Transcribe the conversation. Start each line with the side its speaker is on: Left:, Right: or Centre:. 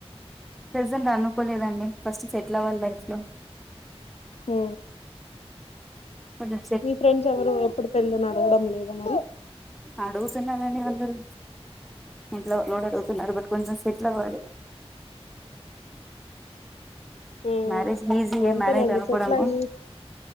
Centre: ప్రజెంట్ అనుకోలేదండి ఫస్ట్ సెటిల్ అవ్వాలి లై ఫ్ లో
Left: ఓ
Centre: కొంచెం
Left: మీఫ్రెండ్స్ ఎవరు ఎప్పుడు పెళ్ళని అడగడం లేదా మరి
Centre: అడుగుతున్నారంండి అందరూ ఇంట్లో వాళ్ళు అడుగుతున్నారు గుడా కొంచెం సేట్లవ్వాలి
Left: మ్మ్
Centre: మరేజ్ ఈజీఎ
Left: అంతేలేండి
Centre: మ్యారేజ్ అనుకోడము
Left: సెటిల్ అయ్యి